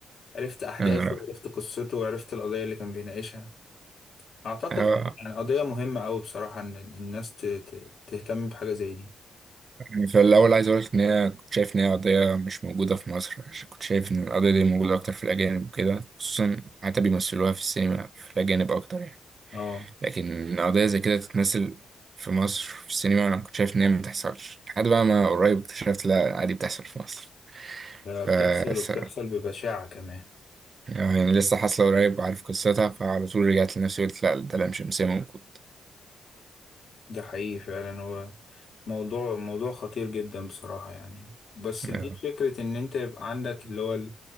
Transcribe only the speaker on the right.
أنا
رأي.
يعني فالأول عايز أقولك إن هي كنت شايف إن هي قضية مش موجودة في مصر عشان كنت شايف إن القضية دي موجودة أكتر في الأجانب وكده خصوصا حتى بيمثلوها في السينما في الأجانب أكتر يعني
لكن قضية زي كده تتمثل في مصر في السينما أنا كنت شايف إن هي مبتحصلش لحد بقى ما قريب اكتشفت لأ عادي بتحصل في مصر
ف
س-
يعني لسه حاصلة قريب وعارف قصتها فعلى طول رجعت لنفسي قلت لأ ده لام شمسية موجود
آه،